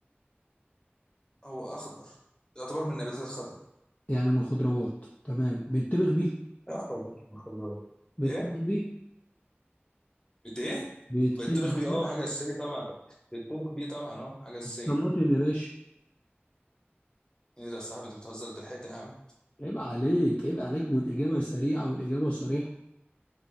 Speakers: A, on the left; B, on the left.
A: هو اخضر يعتبر من النباتات الخضراء
B: يعني من الخضروات تمام بيتبخ بيه
A: يعتبر من الخضراء
B: بيتبخ
A: ايه
B: بيه
A: بت ايه
B: بيتبخ
A: بيتطبخ بيه
B: بيه
A: اه حاجه اساسيه طبعا بيتطبخ بيه طبعا اه حاجه اساسيه
B: طماطم يا باشا
A: ايه ده يا صاحبي انت بتهزر انت لحقت يا عم
B: عيب عليك عيب عليك والاجابه سريعه والاجابه صريحه